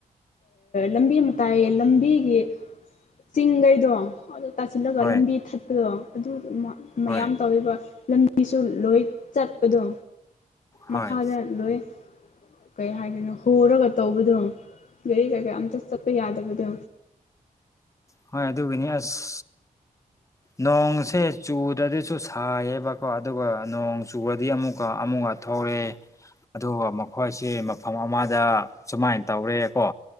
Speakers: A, on the left; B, on the left.
A: ꯂꯝꯕꯤ ꯑꯃ ꯇꯥꯏꯌꯦ ꯂꯝꯕꯤꯒꯤ ꯆꯤꯡꯈꯩꯗꯣ ꯑꯗ ꯇꯥꯁꯤꯜꯂꯒ
B: ꯍꯣꯏ
A: ꯂꯝꯕꯤ ꯊꯠꯄꯗꯣ ꯑꯗꯨ
B: ꯍꯣꯏ
A: ꯃꯌꯥꯝ ꯇꯧꯋꯦꯕ ꯑꯁꯨ ꯂꯣꯏ ꯆꯠꯄꯗꯣ
B: ꯍꯣꯏ
A: ꯃꯈꯥꯗ ꯂꯣꯏ ꯀꯩ ꯍꯥꯏꯗꯣꯏꯅꯣ ꯍꯣꯔꯒ ꯇꯧꯕꯗꯣ ꯒꯥꯔꯤ ꯀꯩꯀꯥ ꯑꯝꯇ ꯆꯠꯄ ꯌꯥꯗꯕꯗꯣ
B: ꯍꯣꯏ ꯑꯗꯨꯒꯤꯅꯤ ꯑꯁ ꯅꯣꯡꯁꯦ ꯆꯨꯗ꯭ꯔꯗꯤꯁꯨ ꯁꯥꯏꯌꯦꯕꯀꯣ ꯑꯗꯨꯒ ꯅꯣꯡ ꯆꯨꯕꯗꯤ ꯑꯃꯨꯛ ꯀ ꯑꯃꯨ ꯑ ꯊꯧꯔꯦ ꯑꯗꯨꯒ ꯃꯈꯣꯏꯁꯦ ꯃꯐꯝ ꯑꯃꯗ ꯁꯨꯃꯥꯏꯅ ꯇꯧꯔꯦ ꯀꯣ